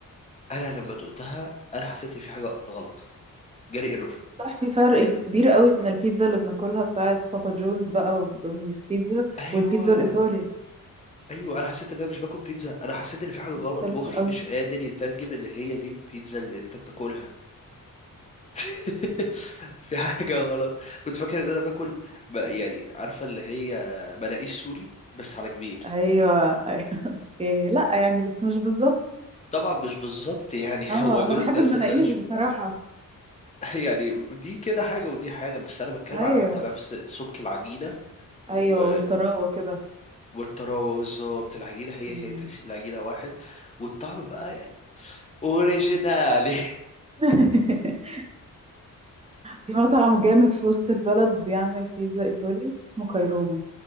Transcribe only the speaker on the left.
انا لما دقتها انا حسيت إن في حاجه غلط جالي ايرور
يعني
ايوه
ايوه انا حسيت ان انا مش باكل بيتزا انا حسيت ان في حاجه غلط
مخي
مش قادر يترجم ان هي دي البيتزا اللي انت بتاكلها <laughs> في حاجه غلط كنت فاكر ان انا باكل ب- يعني عارفه اللي هي مناقيش سوري بس على كبير
طبعا مش بالظبط يعني
<laughs> هو
دول
الناس
اللي انا
<laughs> يعني دي كده حاجة ودي حاجة بس أنا بتكلم
على حتى نفس سمك العجينة
و...
والطراوة بالظبط العجينة هي
هي تحس إن العجينة واحد والطعم بقى يعني أوريجينالي